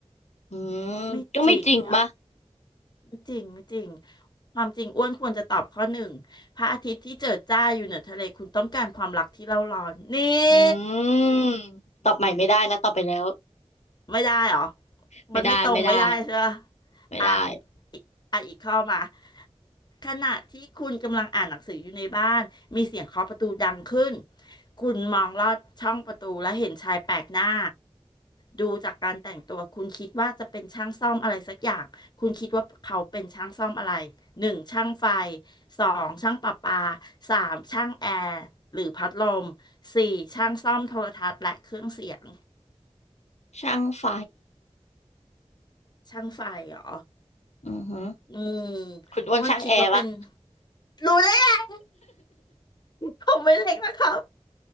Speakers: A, on the left; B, on the left.
A: อืมก็ไม่จริงปะ
B: ไม่จริงอ่ะไม่จริงไม่จริงความจริงอ้วนควรจะตอบข้อหนึ่งพระอาทิตย์ที่เจิดจ้าอยู่เหนือทะเลคุณต้องการความรักที่เร่าร้อนนี่
A: อืมตอบใหม่ไม่ได้นะตอบไปแล้ว
B: ไม่ได้เหรอ
A: ไม่ได้ไม่ได้
B: มันไม่ตรงไม่ได้ใช่ปะ
A: ไม่ได้
B: อ่ะอีกอ่ะอีกข้อมาขณะที่คุณกำลังอ่านหนังสืออยู่ในบ้านมีเสียงเคาะประตูดังขึ้น คุณมองลอดช่องประตูและเห็นชายแปลกหน้าดูจากการแต่งตัวคุณคิดว่าจะเป็นช่างซ่อมอะไรสักอย่างคุณคิดว่าเขาเป็นช่างซ่อมอะไรหนึ่งช่างไฟสองช่างประปาสามช่างแอร์หรือพัดลมสี่ช่างซ่อมโทรทัศน์และเครื่องเสียง
A: ช่างไฟ
B: ช่างไฟเหรอ
A: อือฮึ
B: อืม
A: คุณอ้วนช่างแอร์ปะ
B: อ้วนคิดว่าเป็นรู้ได้ไงผมไม่เล็กนะครับ